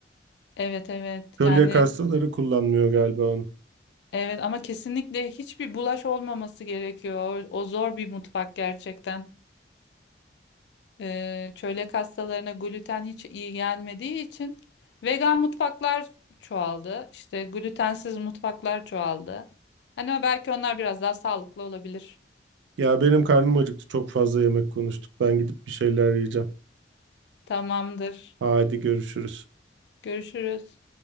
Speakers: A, on the left; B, on the right.
A: Evet evet
B: Kölyak
A: yani
B: hastaları kullanmıyor galiba onu.
A: evet ama kesinlikle hiçbir bulaş olmaması gerekiyor. O, o zor bir mutfak gerçekten. Eee, çölyak hastalarına gluten hiç iyi gelmediği için vegan mutfaklar çoğaldı. İşte glutensiz mutfaklar çoğaldı. Hani belki onlar biraz daha sağlıklı olabilir.
B: Ya benim karnım acıktı çok fazla yemek konuştuk. Ben gidip bir şeyler yiyeceğim.
A: Tamamdır.
B: Hadi görüşürüz.
A: Görüşürüz.